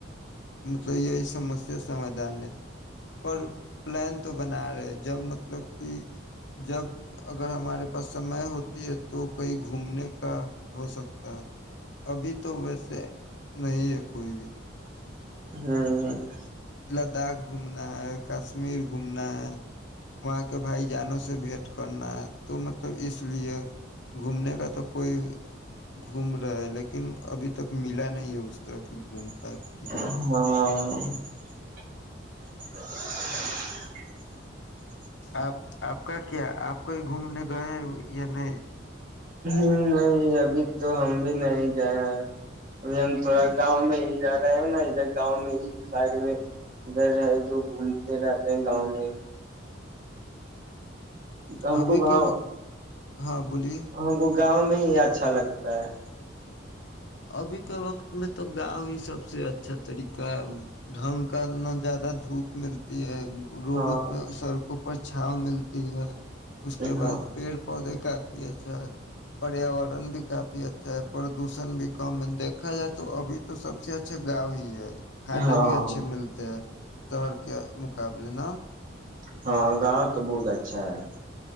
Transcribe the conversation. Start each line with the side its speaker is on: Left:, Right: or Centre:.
Left: مطلب یہی سمسیا سمادھان ہے پر پلان تو بنا رہے جب مطلب کہ جب اگر ہمارے پ سمے ہوتی ہے تو کہیں گھومنے کا ہو سکتا ہے ابھی تو ویسے نہیں ہے کوئی بھی
Right: ہوں
Left: لداخ گھومنا ہے کشمیر گھومنا ہے وہاں کے بھائی جانوں سے بھیٹ کرنا تو مطلب اس لیے گھومنے کا تو کوئی گھوم رہا ہے لیکن ابھی تک ملا نہیں ہے اس طرح کی گھوم
Right: ہاں
Left: پائے کوئی جگہ
Right: <inaudible>
Left: آپ آپ کا کیا آپ کوئی گھومنے گئے یا نہیں
Right: نہیں ابھی تو ہم بھی نہیں گئے ہیں ابھی ہم تھوڑا گاؤں میں ہی رہ رہے ہیں نا ادھر گاؤں میں ہی سائڈ میں ادھر ہے جو گھومتے رہتے ہیں گاؤں میں ہم
Left: ابھی
Right: کو گاؤ
Left: کے وقت ہاں بولیے
Right: ہم کو گاؤں میں ہی اچھا لگتا ہے
Left: ابھی کے وقت میں تو گاؤ ہی سب سے اچھا طریقہ ہے ڈھنگ کا نہ زیادہ دھوپ ملتی ہے روڈوں
Right: ہاں
Left: پہ سڑکوں پر پر چھؤں ملتی ہے اس کے
Right: ہاں
Left: بعد پیڑ پودے کاپی اچھا پریاورن بھی کافی اچھا ہے پردوشن بھی کم دیکھا جائے تو ابھی تو سب سے اچھا گاؤں ہی ہے کھانا
Right: ہاں
Left: بھی اچھے ملتے ہیں سہر کے مقابلے نہا
Right: ہاں گاؤں تو بہت اچھا ہے